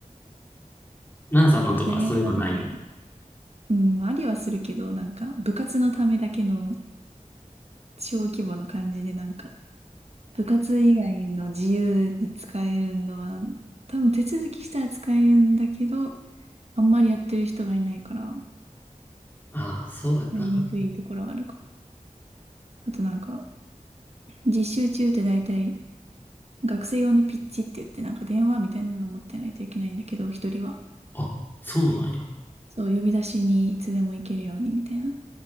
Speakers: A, on the left; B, on the right.
A: ナナさんのとかそういうのない
B: やっぱ大学がでかいから。うん、ありはするけど、なんか部活のためだけの小規模の感じで、なんか部活以外の自由に使えるのは、多分手続きしたら使えるんだけど、あんまりやってる人がいないから、
A: ああ、そうよな。
B: やりにくいところはあるかも。あとなんか、実習中って大体、学生用のピッチって言って、なんか電話みたいなの持ってないといけないんだけど、一人は。
A: あ、そうなんや。
B: そう、呼び出しにいつでも行けるようにみたいな。